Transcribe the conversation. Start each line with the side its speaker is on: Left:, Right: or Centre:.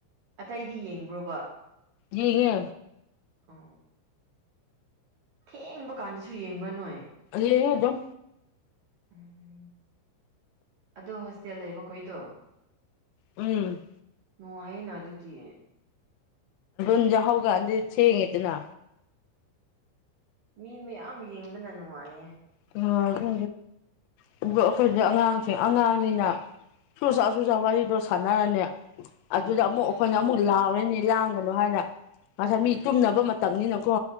Right: ꯑꯇꯩꯗꯤ ꯌꯦꯡꯕ꯭ꯔꯣꯕ
Left: ꯌꯦꯉꯦ
Right: ꯑ ꯊꯦꯡꯕ ꯀꯥꯟꯗꯁꯨ ꯌꯦꯡꯕ꯭ꯔꯥ ꯅꯣꯏ
Left: ꯌꯦꯡꯉꯦ ꯑꯗꯨꯝ
Right: ꯎꯝ ꯑꯗꯣ ꯍꯣꯁꯇꯦꯜ ꯂꯩꯕꯈꯣꯏꯗꯣ
Left: ꯎꯝ
Right: ꯅꯨꯡꯉꯥꯏꯩꯅ ꯑꯗꯨꯗꯤ
Left: ꯟꯖ ꯍꯒ ꯑꯗ ꯊꯦꯡꯉ ꯏꯇꯅ
Right: ꯃꯤ ꯃꯌꯥꯝ ꯌꯦꯡꯕꯅ ꯅꯨꯡꯉꯥꯏꯌꯦ
Left: ꯍ ꯍꯒ ꯑꯗꯨꯒ ꯑꯩꯈꯣꯏꯗꯤ ꯑꯉꯥꯡꯁꯤꯡ ꯑꯉꯥꯡꯅꯤꯅ ꯆꯨ ꯆꯥ ꯆꯨꯖꯥ ꯋꯥꯔꯤꯗꯣ ꯁꯥꯟꯅꯔꯅꯦ ꯑꯗꯨꯗ
Right: ꯎꯝ
Left: ꯑꯃꯨꯛ ꯑꯩꯈꯣꯏꯅ ꯑꯃꯨꯛ ꯂꯥꯎꯔꯅꯤ ꯂꯥꯡꯒꯅꯨ ꯍꯥꯏꯅ ꯉꯁꯥꯏ
Right: ꯎꯝ
Left: ꯃꯤ ꯇꯨꯝꯅꯕ ꯃꯇꯝꯅꯤꯅꯀꯣ